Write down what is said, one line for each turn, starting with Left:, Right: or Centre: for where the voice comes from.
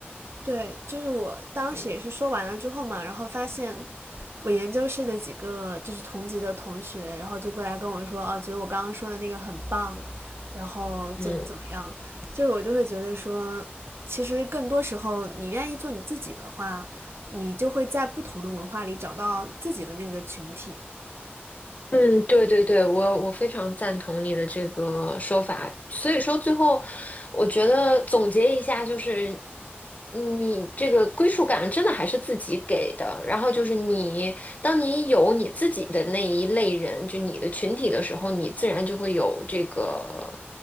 Right: 对，就是我当时也是说完了之后嘛，
Left: 嗯
Right: 然后发现我研究室的几个就是同级的同学，然后就过来跟我说，哦、啊，觉得我刚刚说的那个很棒，然后怎么怎么样，
Left: 嗯
Right: 就是我就会觉得说，其实更多时候你愿意做你自己的话，你就会在不同的文化里找到自己的那个群体。
Left: 嗯，对对对，我我非常赞同你的这个说法。所以说，最后我觉得总结一下，就是你这个归属感真的还是自己给的。然后就是你，当你有你自己的那一类人，就你的群体的时候，你自然就会有这个